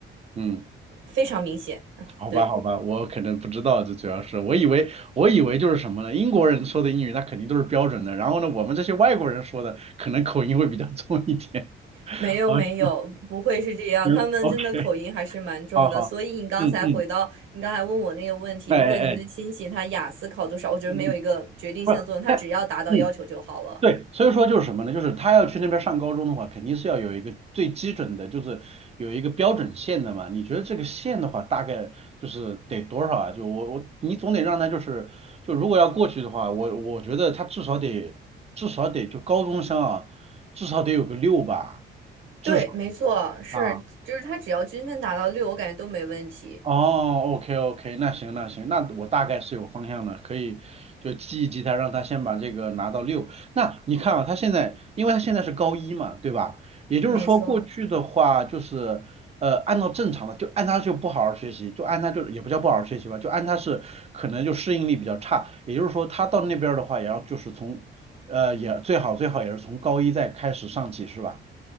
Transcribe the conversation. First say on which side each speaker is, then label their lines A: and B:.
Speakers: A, on the right (about 30°); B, on the right (about 75°).
A: 嗯，
B: 非常明显。
A: 好吧好吧，
B: 对，
A: 我可能不知道，这主要是我以为我以为就是什么呢？英国人说的英语那肯定都是标准的，然后呢，我们这些外国人说的可能口音会比较 <laughs> 重一点。<laughs>
B: 没有没有，
A: 好，行
B: 不会是这样，
A: <laughs>，OK，
B: 他们真的口音还是蛮重的。
A: 好好，
B: 所以你刚才回到你刚才问我那个问题，
A: 嗯嗯，哎哎哎，
B: 如果您的亲戚他雅思考多少，我觉得没有一个决定性的作用，
A: 嗯嗯，不，
B: 他只要达到要求就好了。
A: 但嗯。对，所以说就是什么呢？就是他要去那边上高中的话，肯定是要有一个最基准的，就是有一个标准线的嘛。你觉得这个线的话，大概就是得多少啊？就我我你总得让他就是，就如果要过去的话，我我觉得他至少得至少得就高中生啊，至少得有个六吧，至少
B: 对，没错，是，
A: 啊。
B: 就是他只要均分达到六，我感觉都没问题。
A: 哦，OK OK，那行那行，那我大概是有方向了，可以就记一记他，让他先把这个拿到六。那你看啊，他现在，因为他现在是高一嘛，对吧？也就是说，
B: 没错。
A: 过去的话就是，呃，按照正常的，就按他就不好好学习，就按他就也不叫不好好学习吧，就按他是可能就适应力比较差，也就是说，他到那边儿的话，也要就是从，呃，也最好最好也是从高一再开始上起，是吧？